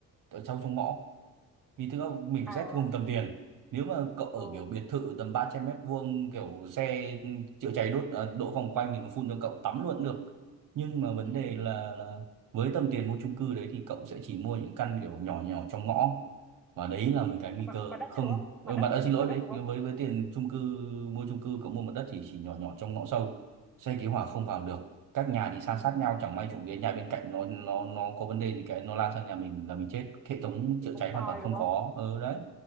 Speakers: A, on the right; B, in the centre.
A: ở sâu trong ngõ vì thực ra mình phải
B: À,
A: xét cùng tầm tiền nếu mà cậu ở
B: ừ,
A: kiểu biệt thự tầm 300 mét vuông kiểu xe chữa cháy đốt à, đỗ vòng quanh thì nó phun cho cậu tắm luôn cũng được nhưng mà vấn
B: ừ.
A: đề là là với tầm tiền mua chung cư đấy thì cậu sẽ chỉ mua những căn kiểu nhỏ nhỏ trong ngõ và đấy là một cái nguy
B: Mặt,
A: cơ
B: mặt đất
A: không
B: chứ đúng không?
A: ừ,
B: Mặt đất,
A: mặt à, xin lỗi
B: mặt đất
A: đấy
B: đúng không?
A: với với tiền chung cư mua chung cư cậu mua mặt đất thì chỉ nhỏ nhỏ trong ngõ sâu xe cứu hỏa không
B: Ừ,
A: vào được các nhà thì san
B: ừ.
A: sát nhau chẳng may trộm vía nhà bên cạnh nó nó nó có vấn đề gì cái nó lan sang nhà mình là mình chết hệ thống
B: Thì
A: chữa
B: cũng
A: cháy
B: tòi
A: hoàn toàn không
B: đúng không?
A: có ừ đấy